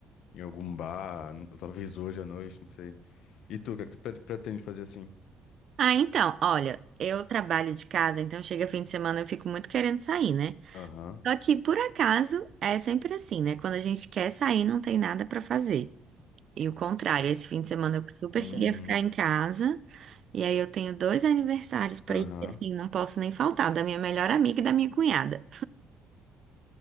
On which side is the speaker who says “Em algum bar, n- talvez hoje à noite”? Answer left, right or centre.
Left